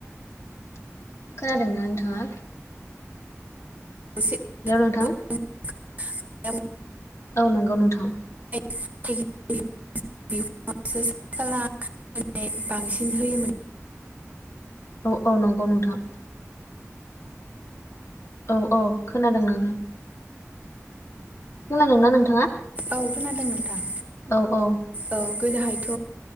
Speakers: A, on the left; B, on the right.
A: खोनादोंना नोंथाङा?
B: गुसे
A: हेलौ नोंथां
B: <unintelligible>
A: औ नंगौ नोंथां।
B: <unintelligible> <unintelligible> माने बांसिन होयोमोन
A: औ औ नंगौ नोंथाङा औ औ खोनादों नोंथां खोनादोंना नोंथाङा
B: औ खोनादों नोंथां
A: औ औ
B: औ गोदोहायथ'